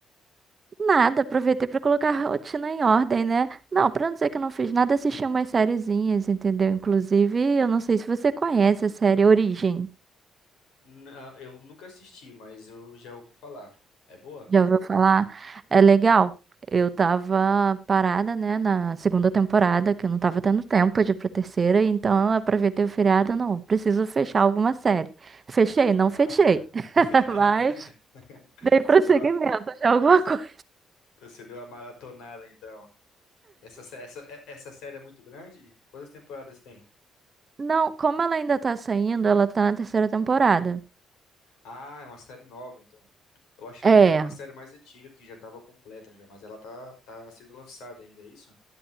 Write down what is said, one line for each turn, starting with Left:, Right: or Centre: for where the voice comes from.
Right: Nada, aproveitei pra colocar a rotina em ordem, né? Não, pra não dizer que eu não fiz nada, assisti umas sériezinhas, entendeu? Inclusive, eu não sei se você conhece a série Origem.
Left: Não, eu nunca assisti, mas eu já ouvi falar. É boa?
Right: Já ouviu falar? É legal. Eu tava parada, né, na segunda temporada, que eu não tava tendo tempo de ir pra terceira, então eu aproveitei o feriado, não, preciso fechar alguma série. Fechei?
Left: Ah.
Right: Não fechei. <laughs>
Left: <laughs>
Right: Mas dei prosseguimento
Left: Você deu uma,
Right: de alguma
Left: você,
Right: <laughs> coisa.
Left: você deu uma maratonada, então. Essa, sé- essa, é- essa série é muito grande? Quantas temporadas tem?
Right: Não, como ela ainda tá saindo, ela tá na terceira temporada.
Left: Ah, é uma série nova, então. Eu achava
Right: É,
Left: que era uma série mais antiga, que já estava completa já, mas ela tá, tá sendo lançada ainda, é isso?